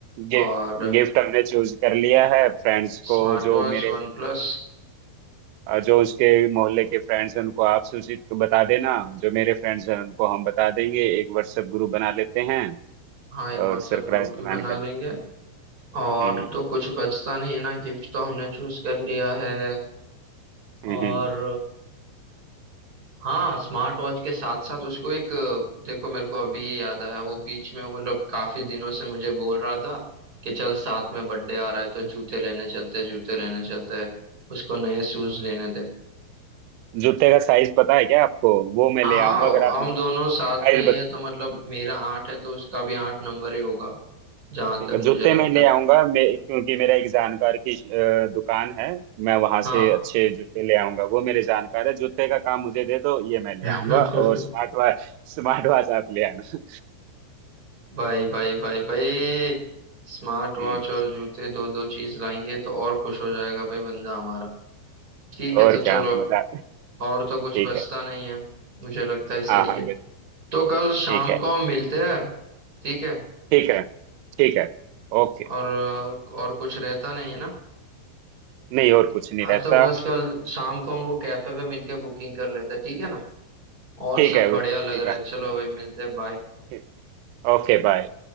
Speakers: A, on the right; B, on the right.
A: गे,
B: और
A: गिफ्ट हमने चूज कर लिया है फ्रेंड्स
B: स्मार्ट
A: को जो
B: वॉच
A: मेरे
B: वन प्लस
A: जो उसके मोहल्ले के फ्रेंड्स हैं उनको आप सूचित बता देना जो मेरे फ्रेंड्स हैं उनको हम बता देंगे एक व्हाट्सएप ग्रुप बना लेते हैं
B: हाँ एक व्हाट्सएप
A: और सरप्राइज
B: ग्रुप भी
A: प्लान
B: बना
A: करें
B: लेंगे और
A: हम्म
B: तो कुछ बचता नहीं है ना गिफ्ट तो हमने चूज कर लिया है और
A: हम्म हम्म।
B: हाँ स्मार्ट वॉच के साथ साथ उसको एक अ, देखो मेरे को अभी याद आया वो बीच में मतलब काफी दिनों से मुझे बोल रहा था कि चल साथ में बर्थडे आ रहा है तो जूते लेने चलते हैं जूते लेने चलते हैं उसको नए शूज लेने थे
A: जूते का साइज पता है क्या आपको वो मैं
B: हाँ
A: ले
B: हाँ
A: आऊंगा अगर आप
B: हम
A: मुझे
B: दोनों
A: साइज
B: साथ में ही है तो मतलब मेरा आठ है तो उसका भी आठ नंबर ही होगा जहां
A: ठीक
B: तक
A: है
B: मुझे
A: जूते
B: लगता
A: मैं ले
B: है
A: आऊंगा मैं क्योंकि मेरा एक जानकार की अ, दुकान है मैं वहां
B: हाँ
A: से अच्छे जूते ले आऊंगा वो मेरे जानकार है जूते का काम मुझे दे दो ये मैं ले
B: <laughs>
A: आऊंगा और स्मार्ट वॉच स्मार्ट वॉच आप ले आना
B: भाई भाई भाई भाई स्मार्ट वॉच
A: हम्म
B: और जूते दो दो चीज लाएंगे तो और खुश हो जाएगा भाई बंदा हमारा ठीक है
A: और
B: तो
A: क्या
B: चलो
A: मजा
B: और तो कुछ
A: ठीक
B: बचता
A: है
B: नहीं है मुझे लगता है
A: हाँ
B: सही
A: हाँ
B: है
A: बे-
B: तो कल शाम
A: ठीक है
B: को हम मिलते हैं ठीक है
A: ठीक है ठीक है ओके
B: और और कुछ रहता नहीं है ना
A: नहीं और कुछ नहीं
B: हाँ
A: रहता
B: तो बस कल शाम को हम वो कैफे पे मिलके बुकिंग कर लेते हैं ठीक है ना और
A: ठीक
B: सब
A: है
B: बढ़िया
A: ठीक
B: लग रहा
A: है
B: है चलो भाई मिलते हैं बाय
A: ठीक Okay bye